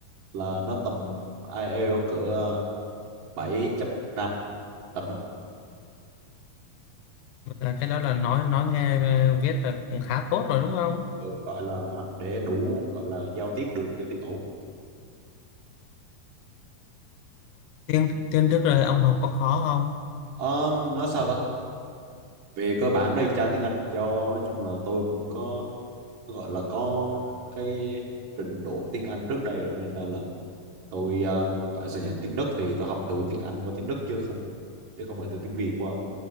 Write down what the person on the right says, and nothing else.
là nó tầm IELTS cỡ ờ, 7.5 tầm đó
Ừ, gọi là để đủ gọi là giao tiếp được giao tiếp ổn
Ờ, nói sao ta về cơ bản đây trang tiếng Anh cho nói chung là tôi cũng có gọi là có cái trình độ tiếng Anh trước đây rồi nên là là tôi um, gọi là sao nhỉ tiếng Đức thì tôi học từ tiếng Anh qua tiếng Đức chứ không chứ không phải từ tiếng Việt qua